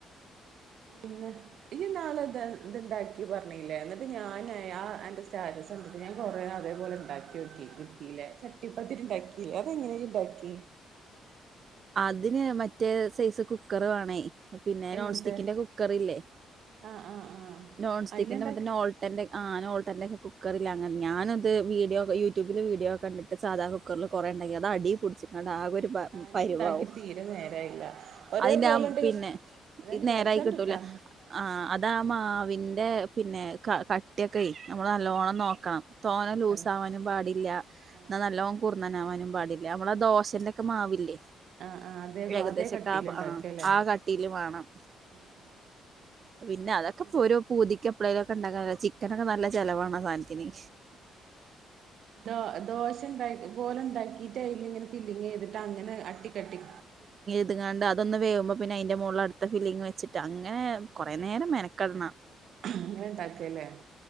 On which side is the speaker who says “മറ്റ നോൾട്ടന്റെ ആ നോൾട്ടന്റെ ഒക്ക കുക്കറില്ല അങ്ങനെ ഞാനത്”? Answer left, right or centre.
Right